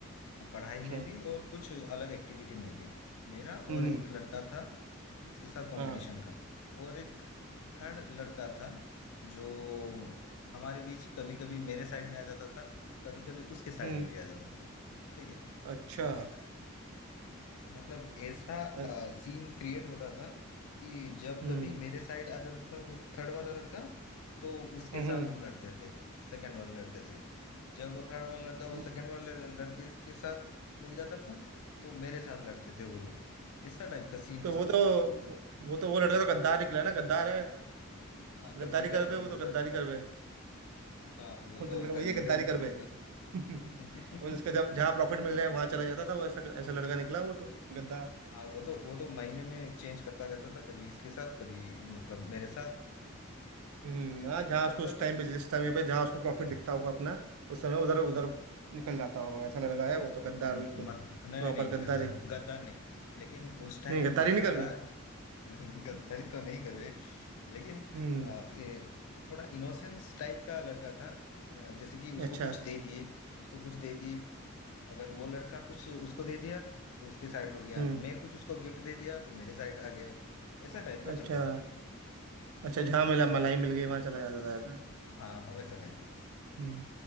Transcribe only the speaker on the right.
अच्छा
हम्म
हाँ
हम्म
अच्छा
अल-
हम्म
हम्म
वो-
तो
वो तो
वो वो तो वो लड़का तो गद्दार निकला ना गद्दार है
गद्दारी
कर
बे वो तो
गद्दारी कर बे
वो
तो लड़का भैया
गद्दारी कर
बे
<laughs>
और उसका जब जहाँ प्रॉफिट मिल रहा है वहां चला जाता था वो ऐसा ऐसा लड़का निकला वो तो गद्दार
हम्म हाँ
जहाँ
उसको उस
टाइम पे जिस समय पे जहाँ उसको प्रॉफिट दिखता होगा अपना उस समय उधर उधर निकल जाता होगा ऐसा लड़का है वो तो
गद्दार बिल्कुल
प्रॉपर
गद्दारी
नहीं गद्दारी
नहीं कर
बे
<laughs>
हम्म
अच्छा
हम्म
अच्छा
अच्छा जहाँ
मिला मलाई मिल गई वहां चला जाता था ऐसा
हम्म